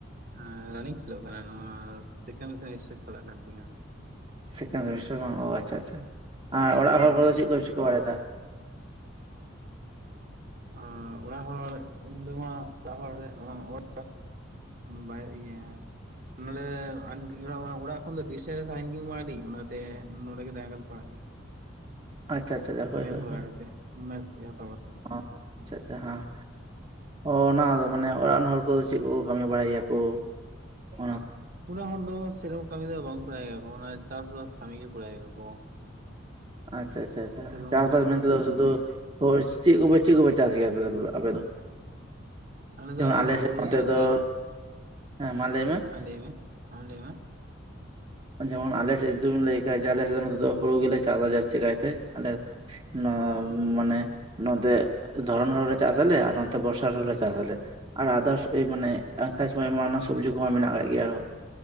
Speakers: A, on the right; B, on the right.
A: ᱮᱸ ᱨᱟᱱᱤᱝ ᱪᱟᱹᱞᱩᱜ ᱠᱟᱱᱟ ᱱᱚᱣᱟ ᱥᱮᱠᱮᱱᱰ ᱥᱮᱢᱤᱥᱴᱟᱨ ᱪᱟᱞᱟᱜ ᱠᱟᱱ ᱛᱤᱧᱟᱹ᱾
B: ᱥᱮᱠᱮᱱᱰ ᱥᱮᱢᱤᱥᱴᱟᱨ ᱵᱟᱝ, ᱚ ᱟᱪᱪᱷᱟ ᱟᱪᱪᱷᱟ ᱟᱨ ᱚᱲᱟᱜ
A: ᱟᱢᱟᱜ
B: ᱦᱚᱲ ᱠᱚᱫᱚ ᱪᱮᱫ ᱠᱚ ᱪᱤᱠᱟᱹ ᱵᱟᱲᱟᱭᱮᱫᱟ?
A: ᱟᱨ ᱚᱲᱟᱜ ᱦᱚᱲ ᱤᱧ ᱫᱚᱢᱟ ᱚᱬᱟᱜ ᱦᱚᱬ ᱨᱮ <unintelligible> ᱵᱟᱨ ᱤᱭᱟᱹ <unintelligible> ᱚᱲᱟᱜ ᱠᱷᱚᱱ ᱫᱚ ᱰᱤᱥᱴᱮᱱᱥ ᱛᱟᱦᱮᱱ <unintelligible> ᱢᱟ ᱟᱹᱰᱤ ᱚᱱᱟᱛᱮ ᱱᱚᱰᱮ ᱜᱮ ᱛᱟᱦᱮᱸ ᱠᱟᱛᱮ ᱯᱟᱲᱟᱜ ᱜᱮ᱾
B: ᱟᱪᱪᱷᱟ ᱟᱪᱪᱷᱟ ᱦᱳᱭ
A: ᱢᱮᱥ
B: ᱦᱳᱭ
A: ᱵᱟᱷᱟᱲᱟ
B: ᱦᱳᱭ
A: ᱠᱟᱛᱮ ᱢᱮᱥ ᱦᱟᱛᱟᱣ ᱠᱟᱛᱮ ᱾
B: ᱚ ᱟᱪᱪᱷᱟ ᱟᱪᱪᱷᱟ ᱦᱟᱸ ᱾ ᱚ ᱚᱱᱟ ᱫᱚ ᱢᱟᱱᱮ ᱚᱲᱟᱜ ᱨᱮᱱ ᱦᱚᱲ ᱠᱚᱫᱚ ᱪᱮᱫ ᱠᱚᱠᱚ ᱠᱟᱹᱢᱤ ᱵᱟᱲᱟᱭᱟ ᱠᱚ ᱚᱱᱟ?
A: ᱚᱲᱟᱜ ᱦᱚᱲ ᱫᱚ ᱥᱮ ᱨᱮᱠᱚᱢ ᱠᱟᱹᱢᱤ ᱫᱚ ᱵᱟᱝ ᱠᱚᱨᱟᱣ ᱟᱠᱚ ᱚᱱᱟ ᱪᱟᱥᱵᱟᱥ ᱠᱟᱹᱢᱤ ᱜᱮ ᱠᱚᱨᱟᱣ ᱠᱟᱠᱚ ᱾
B: ᱟᱪᱪᱷᱟ ᱟᱪᱪᱷᱟ
A: ᱥᱮᱨᱚᱢ
B: ᱪᱟᱥᱵᱟᱥ
A: ᱪᱟᱥ
B: ᱢᱮᱱᱛᱮᱫᱚ
A: ᱫᱚ ᱚᱱᱠᱟ
B: ᱥᱩᱫᱩ
A: ᱫᱚ
B: <unintelligible> ᱪᱮᱫ ᱠᱚᱯᱮ ᱪᱮᱫ ᱠᱚᱯᱮ ᱪᱟᱥ ᱜᱮᱭᱟ ᱟᱯᱮ <unintelligible> ᱟᱯᱮ ᱫᱚ?
A: ᱫᱚ
B: ᱡᱮᱢᱚᱱ ᱟᱞᱮ ᱥᱮᱫ
A: ᱦᱩᱲᱩ
B: ᱱᱚᱛᱮ
A: ᱪᱟᱥ
B: ᱫᱚ,
A: ᱜᱮ
B: ᱦᱮᱸ ᱢᱟ ᱞᱟᱹᱭ ᱢᱮ ᱾
A: ᱦᱮᱸ ᱞᱟᱹᱭ ᱢᱮ ᱟᱢ ᱞᱟᱹᱭ ᱢᱮ
B: ᱡᱮᱢᱚᱱ ᱟᱞ ᱥᱮ ᱫᱚᱢ ᱞᱟᱹᱭ ᱠᱷᱟᱡ ᱟᱞᱮ ᱥᱮᱫ ᱫᱚ ᱱᱚᱛᱮ ᱫᱚ ᱦᱩᱲᱩ ᱜᱮᱞᱮ ᱪᱟ ᱫᱚ ᱡᱟᱹᱥᱛᱤ ᱠᱟᱭᱛᱮ ᱟᱞᱮ ᱚᱱᱟ ᱢᱟᱱᱮ ᱱᱚᱛᱮ ᱫᱷᱚᱨᱚᱱ ᱨᱮᱦᱚ ᱞᱮ ᱪᱟᱥ ᱟᱞᱮ ᱟᱨ ᱱᱚᱛᱮ ᱵᱚᱨᱥᱟ ᱨᱮ ᱞᱮ ᱪᱟᱥ ᱟᱞᱮ ᱾ ᱟᱨ ᱟᱫᱟᱨᱥ ᱟᱹᱭ ᱢᱟᱱᱮ ᱟᱱᱠᱷᱟᱭ ᱥᱚᱢᱚᱭ ᱢᱟ ᱚᱱᱟ ᱥᱚᱵᱽᱡᱤ ᱠᱚᱢᱟ ᱢᱮᱱᱟᱜ ᱟᱠᱟᱫ ᱜᱮᱭᱟ ᱟᱨᱦᱚᱸ ᱾